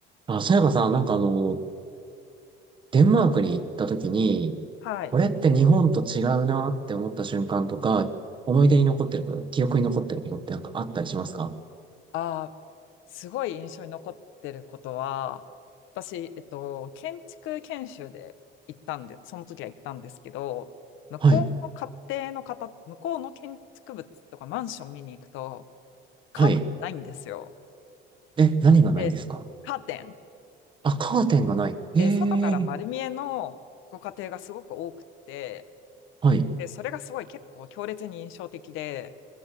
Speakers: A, on the right; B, on the left.
A: あ、そういえばさ、なんかあの、デンマークに行った時に、
B: はい。
A: これって日本と違うなって思った瞬間とか、思い出に残ってること、記憶に残ってることってなんかあったりしますか
B: あーすごい印象に残ってることは、私、えっと、建築研修で行ったんで、その時は行ったんですけど、向こうの家庭の方、
A: はい。
B: 向こうの建築物とかマンション見に行くと、カーテンないんですよ。
A: はい。え、何がないですか
B: で、カーテン。
A: あ、カーテンがない。ええ
B: で、外から丸見えのご家庭がすごく多くって、
A: はい。
B: で、それがすごい結構強烈に印象的で、